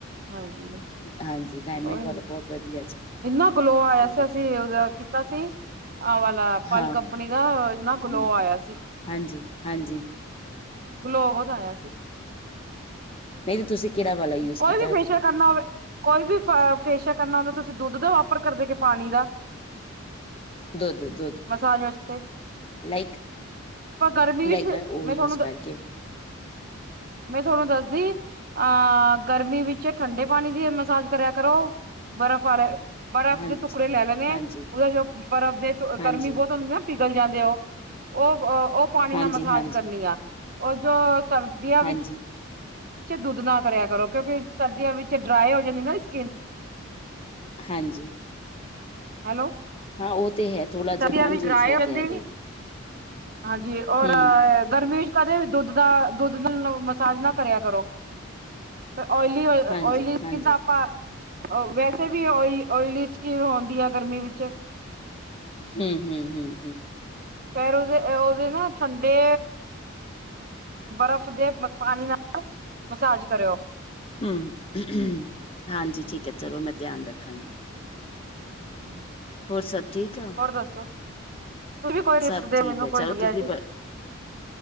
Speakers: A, on the right; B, on the left.
A: ਹਾਂਜੀ
B: ਹਾਂਜੀ ਡਾਇਮੰਡ
A: ਉਹੀ
B: ਵਾਲਾ ਬਹੁਤ ਵਧੀਆ
A: ਇਨਾ ਗਲੋ ਆਇਆ
B: ਚੱਲ
A: ਸੀ
B: ਰਿਹਾ
A: ਅਸੀ ਉਹਦਾ ਕੀਤਾ ਸੀ ਆਹ ਵਾਲ ਤਾਂ ਪਰਲ
B: ਹਾਂ
A: ਕੰਪਨੀ ਦਾ ਨਾ ਇਨਾ ਗਲੋ
B: ਹਾਂ
A: ਆਇਆ ਸੀ
B: ਹਾਂਜੀ ਹਾਂਜੀ
A: ਗਲੋ ਬੋਤ ਆਇਆ ਸੀ
B: ਨਹੀਂ ਤੇ ਤੁਸੀਂ ਕਿਹੜਾ ਵਾਲਾ ਯੂਜ
A: ਕੋਈ
B: ਕੀਤਾ
A: ਵੀ
B: ਹੈਜ
A: ਫੇਸ਼ੀਅਲ ਕਰਨਾ ਹੋਵੇ ਕੋਈ ਵੀ ਫੇਸ਼ੀਅਲ ਕਰਨਾ ਹੁੰਦਾ ਤੁਸੀਂ ਦੁੱਧ ਦਾ ਆਫਰ ਕਰਦੇ ਕਿ ਪਾਣੀ ਦਾ
B: ਦੁੱਧ ਦੁੱਧ
A: ਮਸਾਜ ਵਾਸਤੇ
B: ਲਾਈਕ
A: ਪਰ ਗਰਮੀ ਵਿੱਚ
B: ਲਾਈਦਾ ਉਹ
A: ਮੈਂ
B: ਯੂਜ
A: ਤੁਹਾਨੂੰ ਦ
B: ਕਰਕੇ
A: ਮੈਂ ਤੁਹਾਨੂੰ ਦੱਸਦੀ ਅ ਗਰਮੀ ਵਿੱਚ ਠੰਡੇ ਪਾਣੀ ਦੀ ਮਸਾਜ ਕਰਿਆ ਕਰੋ ਬਰਫ਼ ਵਾਲੇ ਬਰਫ਼
B: ਹਾਂਜੀ
A: ਦੇ ਟੁਕੜੇ ਲੈ ਲੈਂਨੇ
B: ਹਾਂਜੀ
A: ਆ ਉਹਦੇ ਚ ਬਰਫ਼ ਦੇ
B: ਹਾਂਜੀ
A: ਗਰਮੀ ਬਹੁਤ ਹੁੰਦੀ ਨਾ ਪਿਘਲ ਜਾਂਦੇ ਉਹ ਉਹ ਉਹ ਪਾਣੀ
B: ਹਾਂਜੀ
A: ਨਾਲ ਮਸਾਜ
B: ਹਾਂਜੀ
A: ਕਰਨੀ ਆ ਉਹ ਜੋ ਸਰਦੀ ਸਰਦੀਆਂ ਵਿੱਚ
B: ਹਾਂਜੀ
A: ਦੁੱਧ ਨਾਲ ਕਰਿਆ ਕਰੋ ਕਿਉਂਕਿ ਸਰਦੀਆਂ ਵਿੱਚ ਡਰਾਈ ਹੋ ਜਾਂਦੀ ਨਾ ਸਕਿਨ
B: ਹਾਂਜੀ
A: ਹੈਲੋ
B: ਹਾਂ ਉਹ ਤੇ ਹੈ ਥੋੜਾ ਜਿਹਾ
A: ਸਰਦੀਆਂ
B: ਹਾਂਜੀ
A: ਵਿੱਚ ਡਰਾਈ
B: ਸਹੀ
A: ਜਾਂਦੀ
B: ਕਹਿ ਰਹੇ ਹੋ
A: ਹਾਂਜੀ ਔਰ
B: ਹੂੰ
A: ਗਰਮੀ ਕਦੇ ਵੀ ਦੁੱਧ ਦਾ ਦੁੱਧ ਦਾ ਮਸਾਜ ਨਾ ਕਰਿਆ ਕਰੋ ਫੇਰ ਓਇਲੀ
B: ਹਾਂਜੀ
A: ਓਇਲੀ
B: ਹਾਂਜੀ
A: ਕਿੱਦਾਂ ਆਪਾਂ ਵੈਸੇ ਵੀ ਓ ਓਇਲੀ ਸਕੀਨ ਹੁੰਦੀ ਆ ਗਰਮੀ ਵਿੱਚ
B: ਹੂੰ ਹੂੰ ਹੂੰ ਹੂੰ
A: ਫੇਰ ਉਹਦੇ ਉਹਦੇ ਨਾ ਠੰਡੇ ਬਰਫ਼ ਦੇ ਪਾਣੀ ਨਾਲ ਮਸਾਜ ਕਰਿਓ
B: ਹੂੰ ਹਾਂਜੀ ਠੀਕ ਹੈ ਚਲੋ ਮੈਂ ਧਿਆਨ ਰੱਖਾਂਗੀ
A: ਹਾਂਜੀ
B: ਹੋਰ ਸਭ ਠੀਕ ਆ
A: ਹੋਰ ਦੱਸੋ ਤੁਸੀਂ ਵੀ ਕੋਈ ਟਿਪਸ
B: ਸਭ
A: ਦਿਓ
B: ਠੀਕ
A: ਮੈਨੂੰ
B: ਹੈ
A: ਕੋਈ
B: ਚਲੋ
A: ਵਧੀਆ
B: ਤੁਸੀਂ
A: ਜੀ